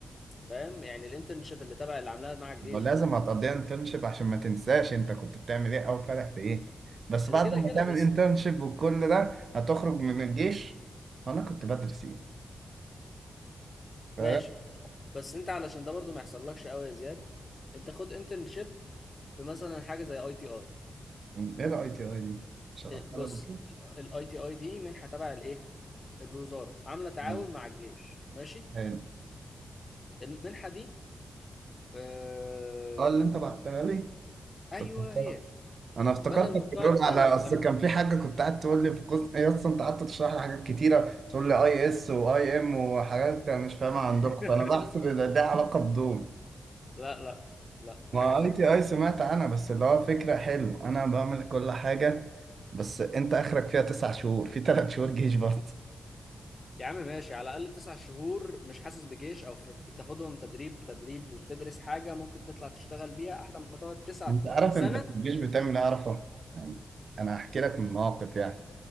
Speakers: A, on the left; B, on the right.
A: فاهم يعني الانترنشيب اللي تبع اللي عاملاها مع الجيش
B: ما هو لازم
A: دي
B: هتقضيها انترنشيب عشان ما تنساش انت كنت بتعمل ايه او فرح في ايه بس
A: ده
B: بعد
A: كده
B: ما
A: كده
B: تعمل
A: بس
B: انترنشيب والكل ده هتخرج من الجيش انا كنت بدرس ايه فاهم
A: ماشي بس انت علشان ده برضو ما يحصلكش قوي يا زياد انت خد انترنشيب في مثلا حاجه زي اي تي اي
B: ايه الاي تي اي دي شرحتها
A: بص
B: لك بكده
A: الاي تي اي دي منحه تبع الايه الوزاره عامله تعاون
B: مم.
A: مع الجيش ماشي
B: حلو.
A: المنحه دي آه...
B: اه اللي انت بعتها لي
A: ايوه
B: افتكرتها.
A: هي دي
B: انا افتكرتك
A: بدل ما بتقعد
B: بتقول
A: سنه
B: على
A: ما بتعمل
B: اصل كان في حاجه كنت قاعد تقول لي في قسم ايه اصلا انت قعدت تشرح لي حاجات كتيره تقول لي اي اس واي ام وحاجات انا مش فاهمها عندكم
A: <laughs>
B: فانا بحسب ان ده علاقه بدول
A: لا لا لا ده
B: ما
A: حاجة تانية
B: اي تي اي سمعت عنها بس اللي هو فكرة حلو انا بعمل كل حاجة بس انت اخرك فيها تسع شهور في ثلاث شهور جيش برضه
A: يا عم ماشي على الأقل تسع شهور مش حاسس بجيش أو في بتاخدهم تدريب تدريب وبتدرس حاجة ممكن تطلع تشتغل بيها أحلى ما تقعد تسع
B: انت عارف
A: سنة
B: انت في الجيش بتعمل ايه اعرفه يعني انا هحكي لك من مواقف يعني